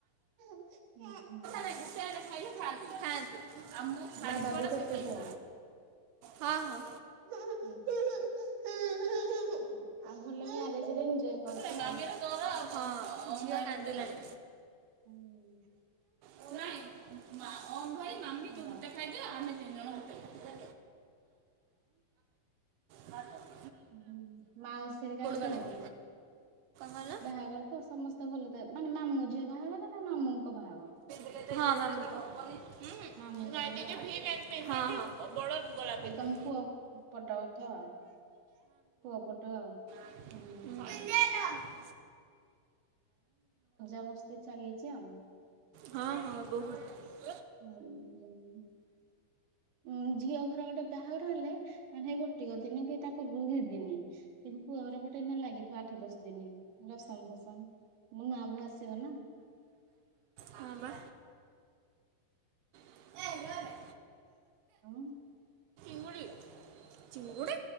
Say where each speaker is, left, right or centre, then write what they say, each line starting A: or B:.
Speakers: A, on the right; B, on the right.
A: ହୁଁ ହୁଁ
B: ନାଇଁ ଗୋଟେ ଆଡ଼େ ଖାଇଲେ ଖାଆନ୍ତି ଖାଆନ୍ତି
A: ହୁଁ।
B: ଆଉ ମୁଁ ଖାଇଛି
A: ବାବା
B: ବେଳେ
A: ବି ଗୋଟେ
B: ସେ ଖାଇବି
A: ପୁଅ।
B: ହଁ ହଁ
A: ଆଉ ଭଲ ମା ଜିଆ ଜିରେ ନିଜୟ କରୁଛ
B: ଏ ମାମିର
A: ଆଉ।
B: ଦର ହଁ ଝିଅ କାନ୍ଦିଲାଣୀ।
A: ହୁଁ
B: କୁରଣି ମା ଓମ୍ ଭାଈ ମାମି
A: ହେଲା
B: ତୁ ଗୋଟେ ଖାଇଦିଅ ଆମେ ତିନି ଜଣ ଗୋଟେ ଖାଇବୁ। ହାଲ।
A: ହୁଁ ମାଉସି ହେରେକା ଆସିଛନ୍ତି।
B: ବାଲା କ'ଣ କହିଲ
A: ବାହାଘର ତ ସମସ୍ତେ ଭଲ ତ ମାନେ ମାମୁଁ ଝିଅ ବାହାଘର ନା ମାମୁଙ୍କ ବାହାଘର?
B: ଁାଇ
A: ମାମୁଁଙ୍କର ବାହାଘର
B: ଟିକେ ଭି ଲ ବର ଗଲା
A: ତାହେଲେ
B: ପିନ୍ଧି
A: ତମ
B: <unintelligible>
A: ପୁଅ ପଟା କଥା ଆ ପୁଅ ପଟୁ ଆଉ।
B: କେଧ୍ୟ
A: ହୁଁ
B: ଟ <unintelligible>
A: ସମସ୍ତେ ଚାଲିଛି ଆଉ।
B: ହଁ ହଁ ବହୁତ
A: ହୁଁ ହୁଁ ଉଁ ଝିଅ ଘର ଗୋଟେ ବାହାଘର ହେଲେ ମାନେ ହେଇ ଗୋଟିକ ଦିନ କି ତା ପୂର୍ବରୁ ଦି ଦିନ କିନ୍ତୁ ପୁଅ ଘର ପଟେ ଲାଗିଥିବ ଆଠ ଦଶ ଦିନି। ଦଶମ ଫସମ୍ ମୋ ନୂଆ ବୋହୁ ଆସିବ ନା।
B: ହଁ ବା। ଚିଙ୍ଗୁଡ଼ି
A: ଉଁ।
B: ତୁଲି ଚିଙ୍ଗୁଡ଼ି